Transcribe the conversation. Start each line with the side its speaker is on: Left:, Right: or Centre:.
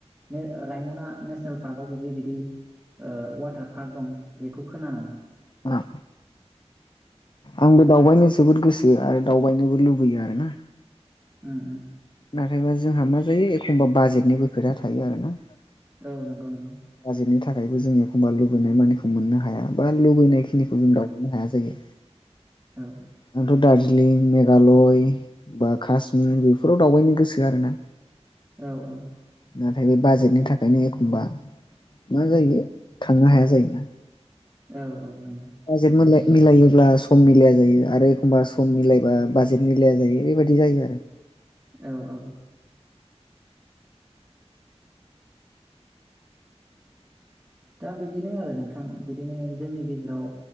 Right: ने रायमना नेसनेल पार्कआवबो जे बिदि ओ वाटार पार्क दं बे खोनानानै।
Left: औ आंबो दावबायनो जोबोद गोसो आरो दावबायनोबो लुबैयो आरोना।
Right: उम उम।
Left: नाथायबा जोंहा मा जायो एखमबा बाजेटनिबो खोथा थायो आरो ना।
Right: औ नंगौ नंगौ।
Left: बाजेटनि थाखायबो जोंङो एखमबा लुबैनाय मानिखौ मोननो हाया बा लुबैनाय खिनिखौ जों दावबायनो हाया जायो।
Right: औ।
Left: आंथ' दार्जिलिं, मेघालय बा कास्मिर बेफोराव दावबायनो गोसो आरोना।
Right: औ औ।
Left: नाथाय बे बाजेटनि थाखायनो एखमबा मा जायो थांनो हाया जायोना।
Right: औ औ नंग
Left: अजिर मोनलाय मिलायोब्ला सम मिलाया जायो आरो एखमबा सम मिलायबा बाजेट मिलाया जायो बेबायदि जायो आरो।
Right: औ औ। दा बिदिनो आरो नोंथां बिदिनो जोंनि गेजेराव